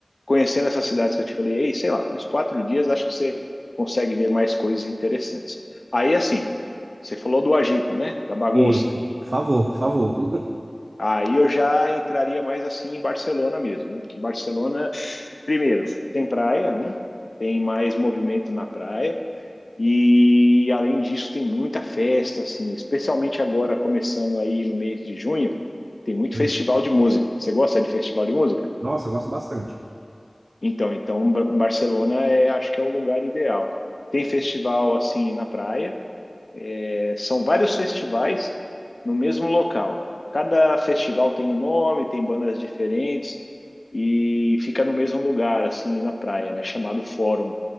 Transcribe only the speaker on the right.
Isso. Por favor, por favor.
<laughs>
Nossa, eu gosto bastante.